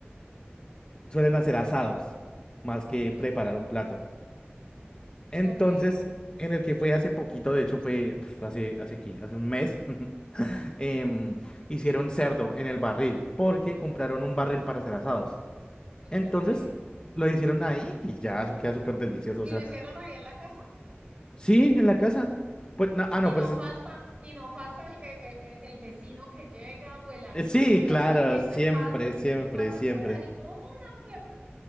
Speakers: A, on the left (about 25°); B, on the right (about 30°).
A: suelen hacer asados más que preparar
B: Uy, qué rico,
A: un plato. Entonces,
B: qué rico,
A: en el que fue hace poquito, de hecho fue pf, hace, hace aquí, hace un mes, <laughs> em, hicieron cerdo en el barril porque compraron un barril para hacer asados.
B: uy,
A: Entonces,
B: qué rico.
A: lo hicieron ahí y ya, eso queda súper delicioso.
B: Y
A: O sea,
B: lo hicieron ahí en la casa
A: sí, en la casa. Pues, no, ah,
B: y
A: no,
B: no
A: pues
B: falta, y no falta el, el- el- el- vecino que llega o el amigo
A: eh, sí,
B: que casualmente
A: claro, siempre,
B: pasa,
A: siempre,
B: pasa
A: siempre.
B: por ahí, hola, ¿qué-?"